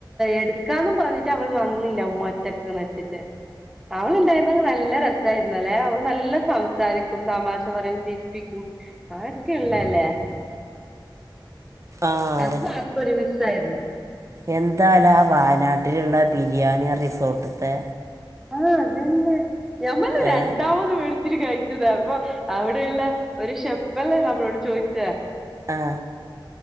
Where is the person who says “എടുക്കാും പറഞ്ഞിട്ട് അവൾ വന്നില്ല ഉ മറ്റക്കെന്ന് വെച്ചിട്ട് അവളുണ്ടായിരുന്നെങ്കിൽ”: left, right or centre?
Centre